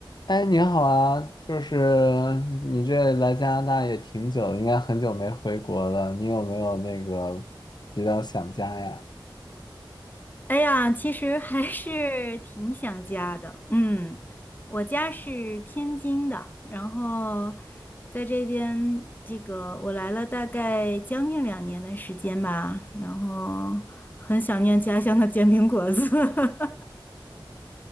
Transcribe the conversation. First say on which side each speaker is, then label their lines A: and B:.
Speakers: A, on the left (about 55°); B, on the left (about 20°).
A: 哎，你好啊！就是你这来加拿大也挺久应该很久没回国了。你有没有那个比较想家呀？
B: 哎呀，其实还是挺想家的。嗯，我家是天津的，然后在这边，这个我来了大概将近两年的时间吧，然后很想念家乡的煎饼果子。<laughs>